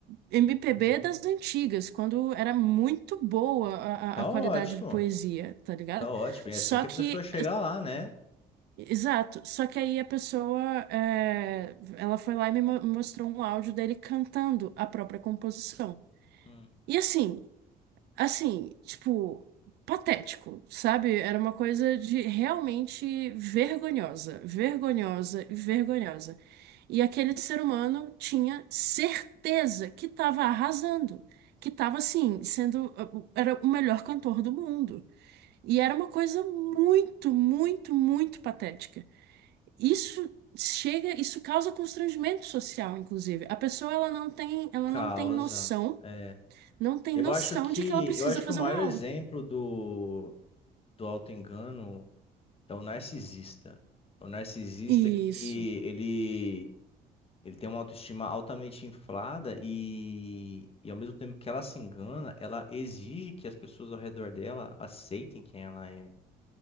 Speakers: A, on the right; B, on the left.
A: MPB
B: Uhum.
A: das antigas, quando era muito boa a,
B: Tá
A: a a qualidade
B: ótimo,
A: de poesia, tá ligado?
B: tá ótimo.
A: Só
B: É assim que a
A: que.
B: pessoa chegar lá, né?
A: Exato, só que aí a pessoa, é, ela foi lá e me mo- me mostrou um áudio dele cantando a própria composição.
B: Hum.
A: E assim, assim, tipo, patético, sabe? Era uma coisa de realmente vergonhosa, vergonhosa e vergonhosa. E aquele ser humano tinha certeza que estava arrasando, que estava assim, sendo, era o melhor cantor do mundo. E era uma coisa muito, muito, muito patética isso chega, isso causa constrangimento social, inclusive. A pessoa ela não tem, ela
B: Causa.
A: não tem noção,
B: É.
A: não tem
B: Eu
A: noção
B: acho que,
A: de que ela precisa
B: eu acho
A: fazer
B: que o maior
A: uma aula.
B: exemplo do, do auto-engano é o narcisista. É O narcisista
A: Isso.
B: que ele Ele tem uma autoestima altamente inflada e, e ao mesmo tempo que ela se engana, ela exige que as pessoas ao redor dela aceitem quem ela é.